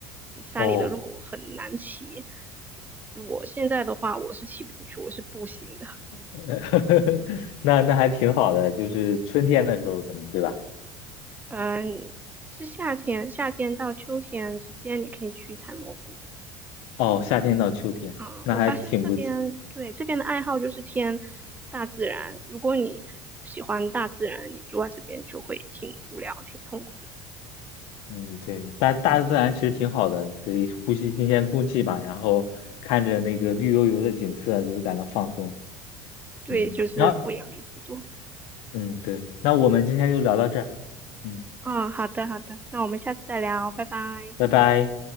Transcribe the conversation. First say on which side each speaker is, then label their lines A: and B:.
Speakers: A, on the right (about 15°); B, on the left (about 70°).
A: 山里的路很难骑，
B: 哦，
A: 我现在的话我是骑不进去，我是步行的。
B: <laughs> 那那还挺好的，就是春天的时候可能，对吧？
A: 嗯，是夏天，夏天到秋天之间，你可以去采蘑菇。
B: 哦，夏天到秋天，
A: 嗯，
B: 那还挺不，
A: 我发现这边对这边的爱好就是偏大自然。如果你不喜欢大自然，你住在这边就会挺无聊、挺痛苦的。
B: 嗯，对，大大自然其实挺好的，你可以呼吸新鲜空气吧，然后看着那个绿油油的景色，就感到放松。
A: 对，
B: 嗯，
A: 就是负氧离子多。
B: 然后，嗯，对，那我们今天就聊到这儿，嗯，
A: 嗯，好的，好的，那我们下次再聊，拜拜。
B: 拜拜。